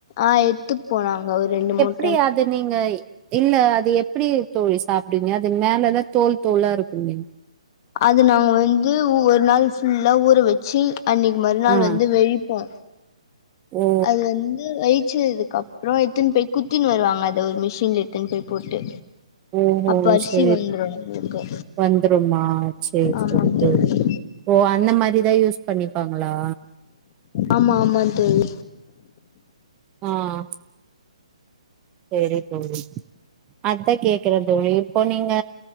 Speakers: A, on the left; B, on the right.
A: ஆஹ் எடுத்து போலா அங்க ஒரு ரெண்டு மூணு
B: முடியாது நீங்க இல்ல அது எப்டி தோழி சாப்டுவீங்க அது மேலதா தோல் தோலா இருக்குமே
A: அது நாங்க வந்து ஒரு நாள் ஃபுல்லா ஊற வெச்சு அன்னிக்கு மறுநாள்
B: ஆ
A: வந்து வெழிப்போ
B: ஓ
A: அது வந்து வெயி வடிச்சதுக்கு அப்றம் எடுத்துனு போய் குத்தினு வருவாங்க அத ஒரு மிஷின்ல எடுத்துனு போய் போட்டு
B: ஓஹோ
A: அப்ப அரிசி
B: செரி
A: வந்துரு நம்மளுக்கு
B: வந்துருமா செரி
A: ஆமா
B: செரி செரி
A: தோழி
B: ஓ அந்த மாரி இத யூஸ் பண்ணிப்பாங்களா
A: ஆமா ஆமா தோழி
B: ஆஹ் சேரி தோழி அத்தா கேக்குற தோழி இப்ப நீங்க